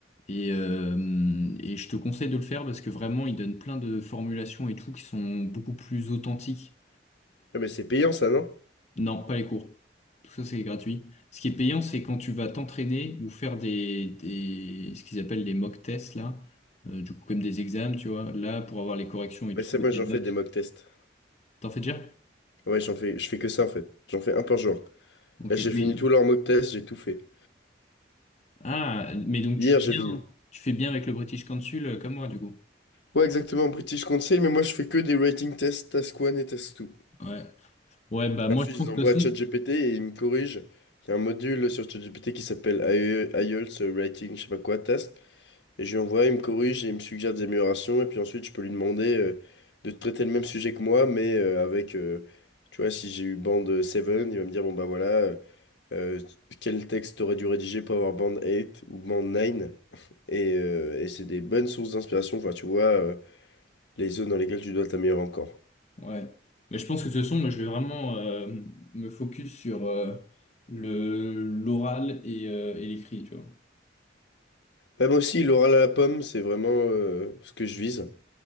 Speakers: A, on the left; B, on the left.
A: Et, euh, et je te conseille de le faire parce que vraiment ils donnent plein de formulations et tout qui sont beaucoup plus authentiques.
B: Ah, mais c'est payant, ça, non?
A: Non, pas les cours. Tout ça, c'est gratuit. Ce qui est payant, c'est quand tu vas t'entraîner ou faire des, des, ce qu'ils appellent les mock tests, là. Euh, du coup, comme des examens, tu vois. Là, pour avoir les corrections et
B: Mais
A: tout,
B: ça, moi,
A: et tes
B: j'en
A: notes.
B: fais des mock tests.
A: T'en fais déjà?
B: Ouais, j'en fais... je fais que ça, en fait. J'en fais un par jour.
A: Ok.
B: Là, j'ai
A: Mais,
B: fini tous leurs mock tests, j'ai tout fait.
A: ah, mais donc
B: Hier,
A: tu fais
B: j'ai
A: bien,
B: fini.
A: tu fais bien avec le British Council, euh, comme moi, du coup.
B: Ouais, exactement, British Council, mais moi, je fais que des writing tests, task 1 et task 2.
A: Ouais. Ouais, bah,
B: Et
A: moi,
B: ensuite,
A: je pense
B: je les envoie
A: que ce
B: à ChatGPT
A: son,
B: et il me corrige. Il y a un module sur ChatGPT qui s'appelle IE- IELTS Writing, je sais pas quoi, test. Et je lui envoie, il me corrige et il me suggère des améliorations. Et puis ensuite, je peux lui demander euh, de traiter le même sujet que moi, mais euh, avec, euh, tu vois, si j'ai eu bande 7, il va me dire, bon bah voilà, euh, euh, quel texte t'aurais dû rédiger pour avoir bande 8 ou bande 9? Et, euh, et c'est des bonnes sources d'inspiration. Enfin, tu vois, euh, les zones dans lesquelles tu dois t'améliorer encore.
A: ouais. Mais je pense que ce son, moi, je vais vraiment, euh, me focus sur, euh, le, l'oral et, euh, et l'écrit, tu vois.
B: Ouais, moi aussi, l'oral à la pomme, c'est vraiment euh, ce que je vise.